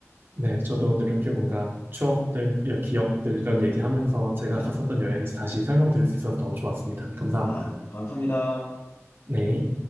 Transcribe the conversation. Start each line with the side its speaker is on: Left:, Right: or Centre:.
Right: 네, 저도 오늘 이렇게 뭔가 추억들, 여- 기억들 이런 얘기하면서 제가
Left: 네,
Right: 갔었던 여행지 다시 설명드릴 수 있어서 너무 좋았습니다. 감사합니다.
Left: 아 감사합니다.
Right: 네.